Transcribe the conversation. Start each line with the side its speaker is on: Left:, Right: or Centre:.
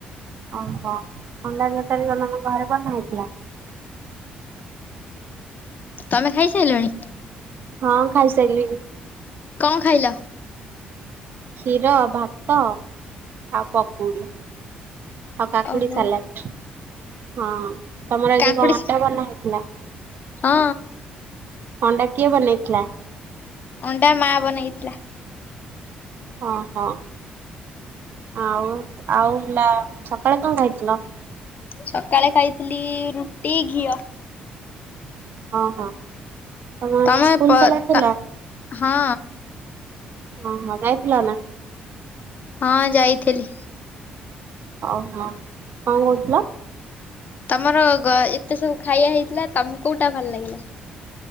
Right: ଓ ହୋ ଅଣ୍ଡା ତକାରି ତମର କଁ ଘରେ ଘରେ ବନା ହେଇଥିଲା ହେଇଥିଲା।
Left: ତମେ ଖାଇସାଇଲଣି।
Right: ହଁ ଖାଇ ସାଇଲିଣି।
Left: କଣ ଖାଇଲ?
Right: କ୍ଷୀର ଭାତ। ଆଉ ପକୁଡି। ଆଉ କାକୁଡି
Left: ଓହୋ
Right: ସାଲାଟ୍ ହଁ ତମର ଆଜି
Left: କାଙ୍କୁଡି
Right: କଁ ଅଣ୍ଡା ବନା ହେଇଥିଲା।
Left: ହଁ।
Right: ଅଣ୍ଡା କିଏ ବନେଇଥିଲା?
Left: ଅଣ୍ଡା ମା ବନେଇଥିଲା।
Right: ଅଁ ହଁ ଆଉ ଆଉ ଲ ସକାଳେ କଁ ଖାଇଥିଲ?
Left: ସକାଳେ ଖାଇଥିଲି ରୁଟି ଘିଅ।
Right: ଅଁ ହଁ ତମର ଆଜି
Left: ତମେ
Right: ସ୍କୁଲ
Left: ପ
Right: ଖୋଲା
Left: ତ
Right: ଥିଲା।
Left: ହଁ।
Right: ଓହୋ ଯାଇଥିଲ ନା।
Left: ହଁ ଯାଇଥିଲି।
Right: ଓ ହଁ କଁ କହୁଥିଲ।
Left: ତମର ‌ଗ ଏତେ ସବୁ ଖାଇବା ହେଇଥିଲା ତମକୁ କୋଉଟା ଭଲ ଲାଗିଲା।